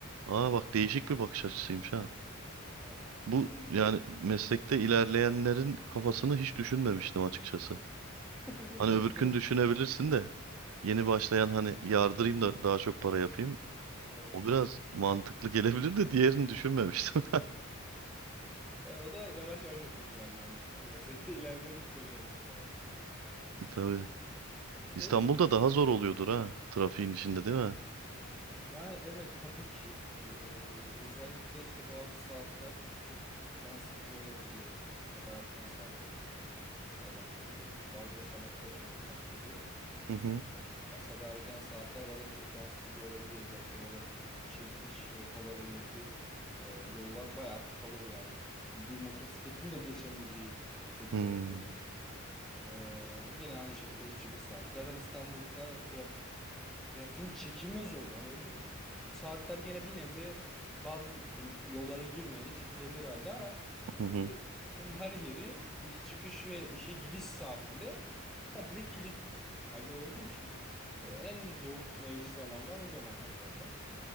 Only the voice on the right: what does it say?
Aa
bak değişik bir bakış açısıymış ha.
Bu
yani meslekte ilerleyenlerin kafasını hiç düşünmemiştim açıkçası.
Hani
öbürkünü
düşünebilirsin de yeni başlayan hani yardırayım da daha çok para yapayım.
O biraz mantıklı gelebilir de diğerini düşünmemiştim.
Tabii.
İstanbul'da daha zor oluyordur ha. Trafiğin içinde değil mi?
Hı hı.
Hmm,
Hı hı.